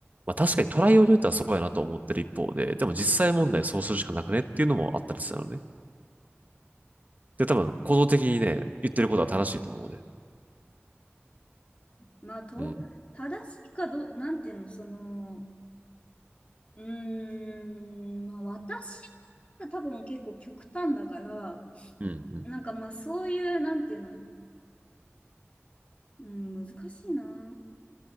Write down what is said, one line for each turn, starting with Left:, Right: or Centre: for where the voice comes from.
Right: まあ確かにトライを言ったらそうやなと思ってる一方で、でも実際問題そうするしかなくねっていうのもあったりしたのね。で、多分、行動的にね、言ってることは正しいと思うね。
Left: まあ、と、
Right: うん。
Left: 正しいかどう、なんていうの、その、うーん、まあ私が多分結構極端だから、
Right: うん。うん。
Left: なんかまあそういう、なんていうの、うん、難しいな。